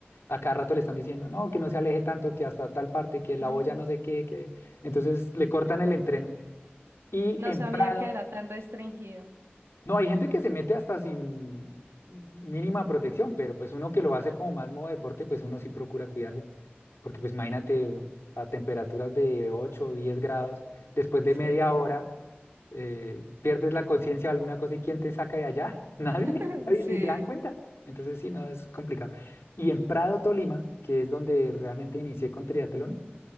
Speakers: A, on the left; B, on the right.
A: a cada rato le están diciendo, no, que no se aleje tanto, que hasta tal parte, que la
B: Ah,
A: boya no sé qué, que entonces le cortan el entreno. Y
B: no
A: en
B: sabía
A: Prado,
B: que era tan restringido.
A: No, hay gente que se mete hasta sin mínima protección, pero pues uno que lo va a hacer como más modo deporte, pues uno sí procura cuidarse. Porque pues imagínate a temperaturas de 8, o 10 grados, después
B: Sí,
A: de media hora eh, pierdes la conciencia de alguna cosa y ¿quién te saca de allá? <laughs> Nadie,
B: <laughs>
A: nadie,
B: sí.
A: ni se dan cuenta. Entonces sí, no, es complicado. Y en Prado, Tolima, que es donde realmente inicié con triatlón,